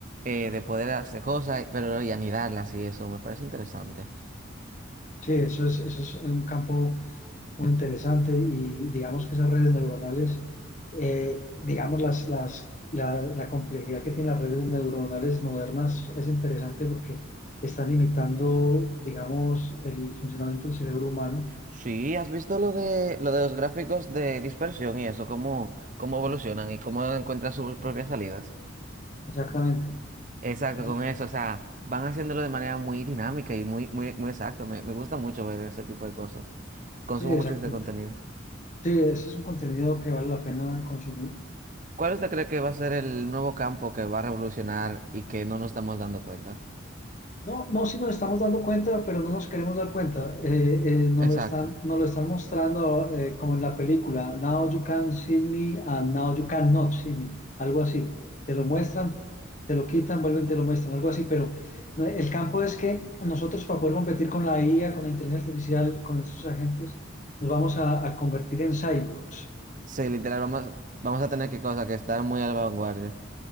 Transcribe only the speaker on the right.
eh, de poder hacer cosas, pero y anidarlas y eso me parece interesante.
Sí, ¿has visto lo de, lo de los gráficos de dispersión y eso, cómo, cómo evolucionan y cómo encuentran sus propias salidas?
Exacto,
con eso, o sea, van haciéndolo de manera muy dinámica y muy, muy, muy exacto. Me, me gusta mucho ver ese tipo de cosas. Consumo
mucho este contenido.
¿Cuál usted cree que va a ser el nuevo campo que va a revolucionar y que no nos estamos dando cuenta?
Exacto.
Sí, literal, vamos, vamos a tener que cosa que estar muy a la vanguardia.